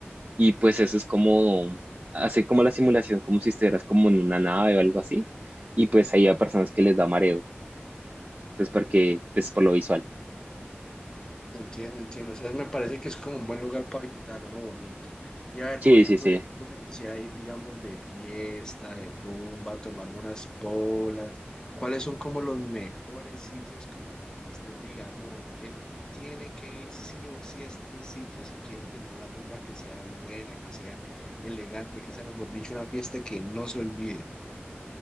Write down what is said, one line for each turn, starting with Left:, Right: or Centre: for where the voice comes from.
Right: y pues eso es como, hace como la simulación, como si estuvieras como en una nave o algo así y pues ahí hay personas que les da mareo, pues porque es por lo visual.
Left: Entiendo, entiendo. O sea, me parece que es como un buen lugar para visitar, uno bonito. Y a ver,
Right: Sí,
Left: por ejemplo,
Right: sí, sí.
Left: ya yo me quisiera ir, digamos, de fiesta, de rumba, tomarme unas polas. ¿Cuáles son como los mejores sitios que usted diga, no, él tiene que ir sí o sí a este sitio si quiere tener una rumba que sea buena, que sea elegante, que sea, mejor dicho, una fiesta que no se olvide?